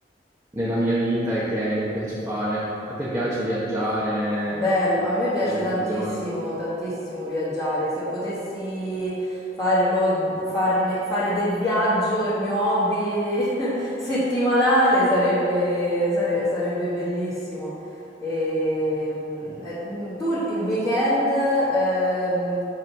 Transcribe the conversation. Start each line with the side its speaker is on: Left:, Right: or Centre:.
Right: nella mia vita e che mi piace fare. A te piace viaggiare?
Left: Bello, a me piace
Right: Hai occasione?
Left: tantissimo, tantissimo viaggiare. Se potessi farlo, farne- fare del viaggio il mio hobby <laughs> settimanale sarebbe, sare- sarebbe bellissimo. Ehm, E, mm, eh, mm, tu il weekend ehm,